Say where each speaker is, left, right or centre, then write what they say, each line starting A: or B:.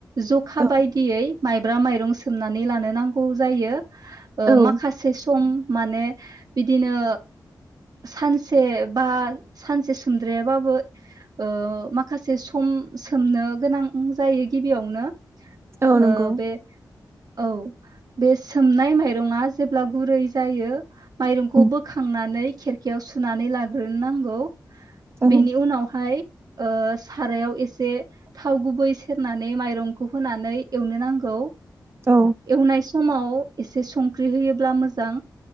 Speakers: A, on the right (about 60°); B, on the right (about 35°).
A: जखा
B: औ
A: बायदियै माइब्रा माइरं सोमनानै लानो नांगौ जायो।
B: औ
A: माखासे सम माने बिदिनो सानसे बा सानसे सोमद्रायाबाबो ओ माखासे सम सोमनो गोनां जायो गिबियावनो
B: औ
A: ओ
B: नंगौ
A: बे औ बे सोमनाय माइरङा जेब्ला गुरै जायो। माइरंखौ
B: उम
A: बोखांनानै बियाव सुनानै लाग्रोनांगौ
B: उम
A: बेनि उनावहाय ओ सारायाव एसे थाव गुबै सेरनानै माइरंखौ होनानै एवनो नांगौ।
B: औ
A: एवनाय समाव एसे संख्रि होयोब्ला मोजां